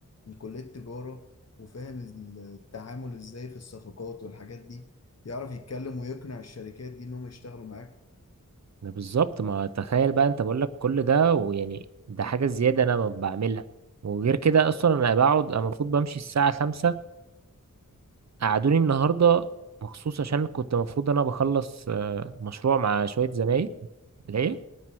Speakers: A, on the left; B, on the right.
A: من كلية تجارة وفاهم التعامل ازاي في الصفقات والحاجات دي يعرف يتكلم ويقنع الشركات دي انهم يشتغلوا معاك
B: ما بالظبط ما تخيل بقى انت بقول لك كل ده ويعني ده حاجة زيادة انا ما بعملها وغير كده اصلا انا بقعد أنا المفروض بمشي الساعة خمسة قعدوني النهاردة مخصوص عشان كنت المفروض انا بخلص آه، مشروع مع شوية زمايل ليه